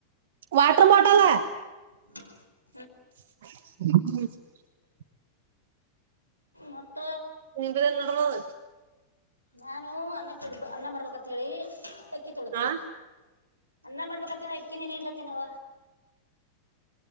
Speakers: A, on the right; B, on the right.
A: ವಾಟರ್ ಬಾಟಲ
B: <unintelligible>
A: <unintelligible>
B: ಮತ್ತ
A: ನಿಂಬದೇನ್ ನಡದದ
B: ನಾನು ಅನ್ ಅನ್ನ ಮಾಡ್ಬಕಂತ್ ಹೇಳಿ ಅಕ್ಕಿ ತೊಳಿತಿ
A: ಹಾ
B: ನೋಡ. ಅನ್ನ ಮಾಡ್ಬೇಕಂತೆನೆ ಅಕ್ಕಿ ನೆನೆ ಇಡ್ಲತ್ತಿನವ.